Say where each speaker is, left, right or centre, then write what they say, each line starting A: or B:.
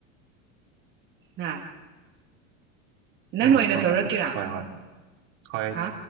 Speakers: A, on the right; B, on the right.
A: ꯍꯥꯥ ꯅꯪꯅ
B: ꯅꯪꯒꯤ
A: ꯑꯣꯏꯅ
B: ꯃꯈꯣꯟ
A: ꯇꯧꯔꯛꯀꯦꯔꯥ
B: ꯆꯞ ꯍꯣꯏ ꯍꯣꯏ ꯍꯣꯏ
A: ꯍꯥ